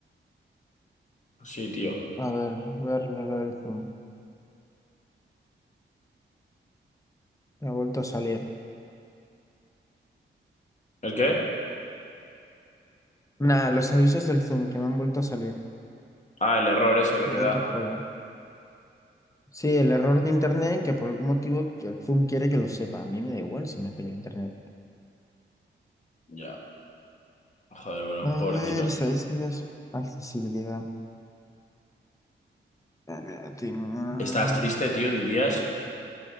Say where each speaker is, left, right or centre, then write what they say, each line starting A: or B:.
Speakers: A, on the left; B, on the left.
A: Sí, tío.
B: A ver, voy a arreglar lo del Zoom. Me ha vuelto a salir.
A: ¿El qué?
B: Nah, los avisos del Zoom que me han vuelto a salir.
A: Ah, el error ese que
B: Me
A: te
B: han vuelto
A: da.
B: a joder. Sí, el error de internet que por algún motivo que el Zoom quiere que lo sepa. A mí me da igual si me falla el internet.
A: Ya. Joder, bro,
B: A
A: pobrecito.
B: ver, estadísticas. Accesibilidad. Dale, atenuar.
A: ¿Estás triste, tío, dirías?